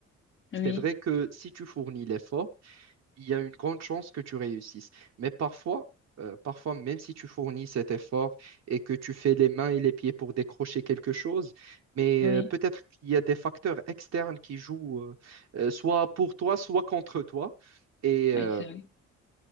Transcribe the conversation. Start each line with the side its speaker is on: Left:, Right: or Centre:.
Left: oui,
Right: c'est vrai que si tu fournis l'effort, il y a une grande chance que tu réussisses. Mais parfois, euh, parfois, même si tu fournis cet effort et que tu fais les mains et les pieds pour décrocher quelque chose, mais
Left: oui,
Right: euh, peut-être qu'il y a des facteurs externes qui jouent euh, euh, soit pour toi, soit contre toi. Et, euh,
Left: exact. <laughs>